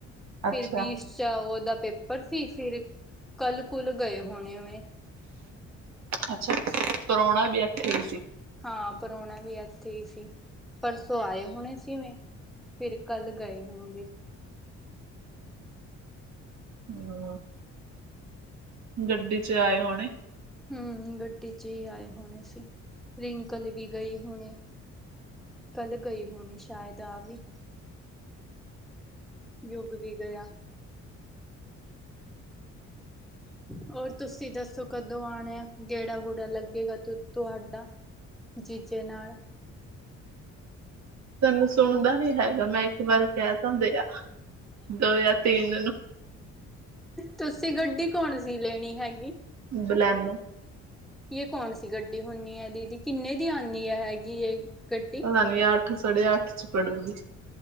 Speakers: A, in the centre; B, on the right.
A: ਫਿਰ
B: ਅੱਛਾ
A: ਬਿਸ ਚ ਉਹਦਾ ਪੇਪਰ ਸੀ, ਫਿਰ ਕੱਲ੍ਹ ਕੁਲ ਗਏ ਹੋਣੇ ਵੇ।
B: ਅੱਛਾ, ਪ੍ਰੋਹਣਾ ਵੀ ਇੱਥੇ ਹੀ ਸੀ?
A: ਹਾਂ ਪ੍ਰੋਹਣਾ ਵੀ ਇੱਥੇ ਹੀ ਸੀ ਪਰਸੋਂ ਆਏ ਹੋਣੇ ਸੀ ਵੇ। ਫਿਰ ਕੱਲ ਗਏ ਹੋਣਗੇ।
B: ਹੂੰ, ਗੱਡੀ ਚ ਆਏ ਹੋਣੇ?
A: ਹੂੰ, ਗੱਡੀ ਚ ਹੀ ਆਏ ਹੋਣੇ ਸੀ ਰਿੰਕਲ ਵੀ ਗਈ ਹੋਣੀ। ਕੱਲ੍ਹ ਗਈ ਹੋਣੀ ਸ਼ਾਇਦ। ਰਾਵੀ, ਯੁੱਗ ਵੀ ਗਿਆ। ਹੋਰ ਤੁਸੀਂ ਦੱਸੋ ਕਦੋਂ ਆਉਣੈ ਆ, ਗੇੜਾ-ਗੂੜਾ ਲੱਗੇਗਾ ਤੂ ਤੁਹਾਡਾ ਜੀਜੇ ਨਾਲ।
B: ਤੈਨੂੰ ਸੁਣਦਾ ਨੀ ਹੈਗਾ ਮੈਂ ਇੱਕ ਵਾਰੀ ਕਹਿ ਤਾ ਦੇਯਾ ਦੋ ਜਾਂ ਤਿੰਨ ਨੂੰ।
A: ਤੁਸੀਂ ਗੱਡੀ ਕੌਣ ਸੀ ਲੈਣੀ ਹੈਗੀ?
B: ਬਲੈਨੋ।
A: ਯੇਹ ਕੌਣ ਸੀ ਗੱਡੀ ਹੁੰਨੀ ਐ ਦੀਦੀ ਕਿੰਨੇ ਦੀ ਆਂਦੀ ਹੈਗੀ ਇਹ ਗੱਡ
B: ਪਾਣੇ ਅੱਠ, ਸਾਢੇ ਅੱਠ ਚ ਪੜੂਗੀ।